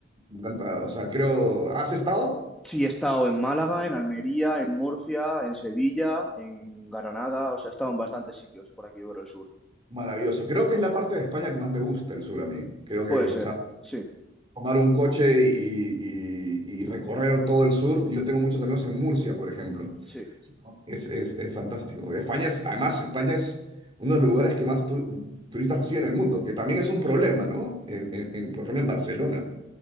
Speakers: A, on the right; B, in the centre.
A: me encanta, o sea, creo, ¿has estado?
B: sí, he estado en Málaga, en Almería, en Murcia, en Sevilla, en Granada, o sea, he estado en bastantes sitios por aquí por el sur.
A: Maravilloso. Creo que es la parte de España que más me gusta el sur a mí. Creo
B: Puede
A: que, o
B: ser, sí,
A: tomar un coche y, y- y- y recorrer todo el sur. Yo tengo muchos amigos en Murcia, por ejemplo.
B: sí,
A: ¿no? Es, es- es fantástico. España es, además, España es uno de los lugares que más tu- turistas reciben en el mundo, que también es un problema,
B: sí.
A: ¿no? En, en- en, por ejemplo, en Barcelona.